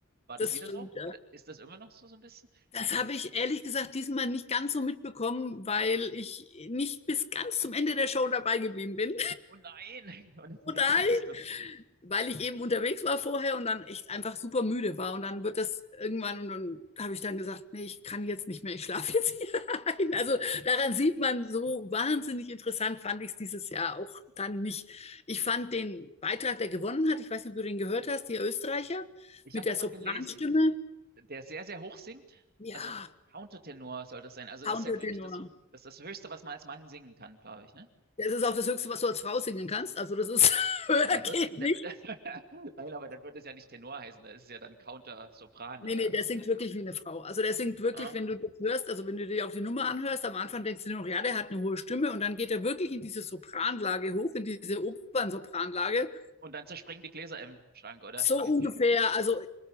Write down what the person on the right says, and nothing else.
War
das wieder
so?
Oder ist das immer noch so, so ein bisschen?
Oh nein! <laughs> Und
wie
konntest du?
Ich
habe
davon
gelesen. der sehr, sehr hoch singt.
Also Countertenor soll das sein. Also das
ist ja, glaube ich, das, das, das Höchste, was man als Mann singen kann, glaube ich, ne?
Das,
ja, dann
wird's, dann,
wird- <laughs> nein, aber dann wird es ja nicht Tenor heißen, da ist es ja dann Counter-Sopran
oder
irgendeine.
Ja?
Und, dann zerspringen die Gläser im Schrank, oder?
<laughs>